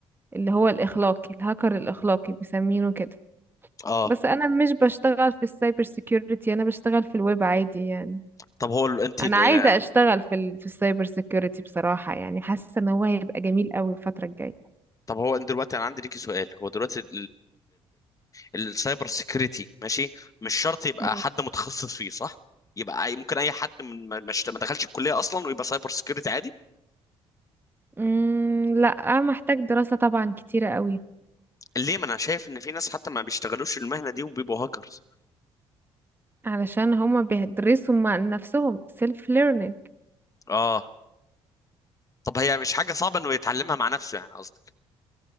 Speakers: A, on the right; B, on the left.
A: اللي هو الاخلاقي الهاكر الاخلاقي بيسمينه كده
B: اه
A: بس انا مش بشتغل في السايبر سيكيورتي انا بشتغل في الويب عادي يعني
B: طب هو ال- انت
A: انا
B: ال-
A: عايزه
B: ال-
A: اشتغل في ال... في السايبر سيكيورتي بصراحه يعني حاسه ان هو هيبقى جميل قوي الفتره الجايه
B: طب هو انت دلوقتي انا عندي ليكي سؤال هو دلوقتي السايبر سيكريتي ماشي مش شرط يبقى
A: مم.
B: حد متخصص فيه صح يبقى أي- ممكن اي حد من ما ما اشت- ما دخلش الكليه اصلا ويبقى سايبر سيكريتي عادي
A: مم، لا محتاج دراسه طبعا كتيره قوي
B: ليه ما انا شايف ان في ناس حتى ما بيشتغلوش المهنه دي وبيبقوا هاكرز
A: علشان هما بيدرسوا مع نفسهم سيلف ليرنينج
B: اه طب هي مش حاجه صعبه انه يتعلمها مع نفسه يعني قصدك